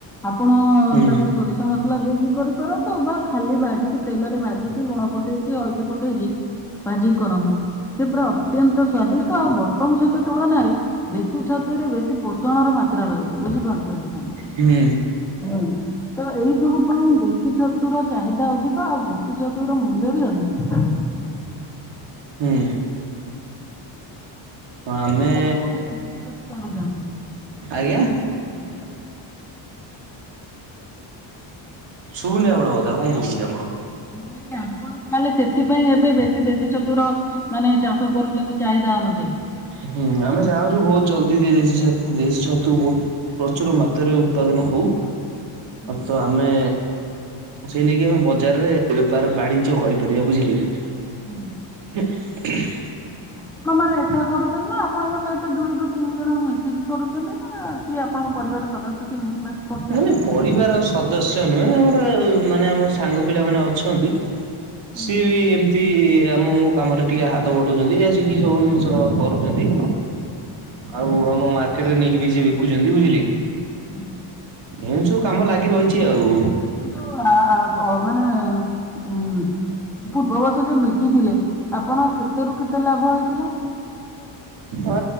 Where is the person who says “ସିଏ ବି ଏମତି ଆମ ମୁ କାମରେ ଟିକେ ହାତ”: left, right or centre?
Right